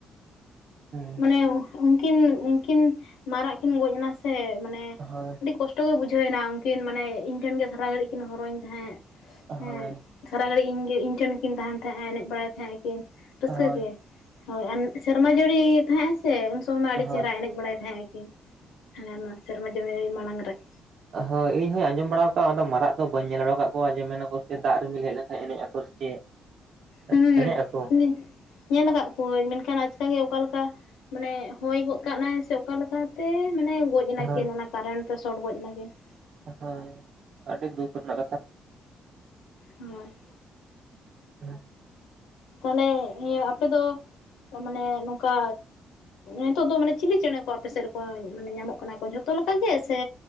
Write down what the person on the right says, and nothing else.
ᱦᱩᱸ
ᱦᱳᱭ
ᱦᱳᱭ
ᱦᱳᱭ
ᱦᱳᱭ
ᱟ ᱦᱳ ᱤᱧ ᱦᱚᱸᱧ ᱟᱸᱡᱚᱢ ᱵᱟᱲᱟ ᱟᱠᱟᱜᱼᱟ ᱚᱱᱟᱫᱚ ᱢᱟᱨᱟᱜ ᱫᱚ ᱵᱟᱹᱧ ᱧᱮᱞ ᱵᱟᱲᱟ ᱠᱟᱜ ᱠᱚᱣᱟ ᱡᱮ ᱢᱮᱱᱟ ᱠᱚ ᱥᱮ ᱫᱟᱜ ᱨᱤᱢᱤᱞ ᱦᱮᱡ ᱞᱮᱱᱠᱷᱟᱱ ᱮᱱᱮᱡ ᱟᱠᱚ ᱥᱮ ᱪᱮᱫ? <inaudible>
ᱮᱱᱮᱡ ᱟᱠᱚ
ᱦᱳᱭ
ᱦᱮᱸ ᱦᱳᱭ ᱟᱹᱰᱤ ᱫᱩᱠ ᱨᱮᱱᱟᱜ ᱠᱟᱛᱷᱟ᱾
ᱦᱩᱸ,